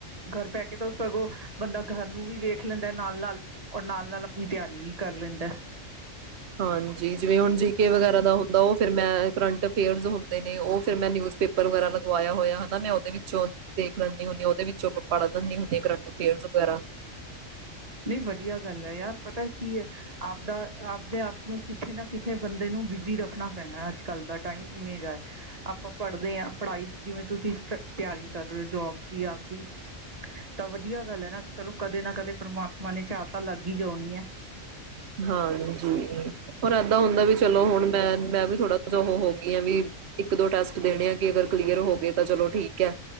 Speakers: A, on the right; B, on the right.
A: ਘਰ ਬਹਿ ਕੇ ਤਾਂ ਸਗੋਂ ਬੰਦਾ ਘਰ ਨੂੰ ਵੀ ਵੇਖ ਲੈਂਦਾ। ਨਾਲ-ਨਾਲ ਔਰ ਨਾਲ- ਨਾਲ ਆਪਣੀ ਤਿਆਰੀ ਵੀ ਕਰ ਲੈਂਦਾ।
B: ਹਾਂਜੀ ਜਿਵੇਂ ਹੁਣ ਜੀ ਕੇ ਵਗੈਰਾ ਦਾ ਹੁੰਦਾ ਉਹ ਫਿਰ ਮੈਂ ਕਰੰਟ ਅਫੇਅਰਸ ਹੁੰਦੇ ਨੇ ਉਹ, ਫਿਰ ਮੈਂ ਨਿਊਜ਼ਪੇਪਰ ਵਗੈਰਾ ਲਗਵਾਇਆ ਹੋਇਆ ਹੈ ਨਾ ਮੈਂ ਉਹਦੇ ਵਿੱਚੋਂ ਦੇਖ ਲੈਂਦੀ ਹੁੰਦੀ ਹਾਂ ਉਹਦੇ ਵਿੱਚੋਂ ਪੜ੍ਹ ਲੈਂਦੀ ਹੁੰਦੀ ਹਾਂ ਕਰੰਟ ਅਫੇਅਰਸ ਵਗੈਰਾ।
A: ਨਹੀਂ ਵਧਆ ਗੱਲ ਹੈ ਯਾਰ ਪਤਾ ਕੀ ਹੈ ਆਪਦਾ ਆਪਦੇ ਆਪ ਨੂੰ ਕਿਥੇ ਨਾ ਕਿਥੇ ਬੰਦੇ ਨੂੰ ਬਿਜੀ ਰੱਖਣਾ ਪੈਣਾ ਅੱਜ ਕੱਲ ਦਾ ਟਾਈਮ ਇਵੇਂ ਜਾ ਆਪਾਂ ਪੜ੍ਹਦੇ ਹਾਂ ਪੜ੍ਹਾਈ ਜਿਵੇਂ ਤੁਸੀਂ ਸ ਤਿਆਰੀ ਕਰ ਰਹੇ ਹੋ ਜੋਬ ਦੀ ਆਪਦੀ ਤਾਂ ਵਧੀਆ ਗੱਲ ਹੈ ਨਾ ਚਲੋ ਕਦੇ ਨਾ ਕਦੇ ਪ੍ਰਮਾਤਮਾ ਮਨ ਚਾ ਤਾਂ ਲੱਗ ਹੀਈ ਜਾਉਣੀ ਆ <unintelligible>
B: ਹਾਂਜੀ ਹੋਰ ਹੁੰਦਾ ਵੀ ਚਲੋ ਹੁਣ ਮੈਂ ਮੈਂ ਵੀ ਥੋੜਾ ਜੋ ਉਹ ਹੋ ਇਹ ਆ ਵੀ ਇੱਕ ਦੋ ਟੈਸਟ ਦੇਣੇ ਆ ਅਗਰ ਕਲੀਅਰ ਹੋ ਗਏ ਤਾਂ ਚਲੋ ਠੀਕ ਹੈ